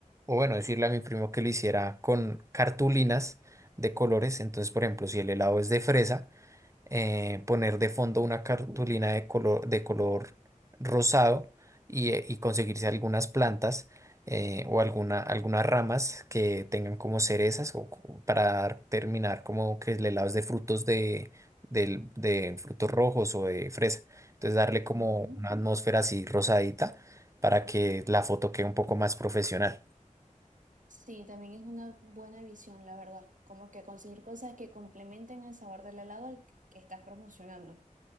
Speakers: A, on the right; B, on the right.
A: o bueno, decirle a mi primo que lo hiciera con cartulinas de colores. Entonces, por ejemplo, si el helado es de fresa, eh, poner de fondo una cartulina de color, de color rosado y, eh, y conseguirse algunas plantas eh, o alguna, algunas ramas que tengan como cerezas o, o para dar- terminar como que el helado es de frutos de, del- de frutos rojos o de fresa. Entonces, darle como
B: ujú.
A: una atmósfera así rosadita para que la foto quede un poco más profesional.
B: Sí, también es una buena visión, la verdad. Como que conseguir cosas que complementen el sabor del helado al que que estás promocionando.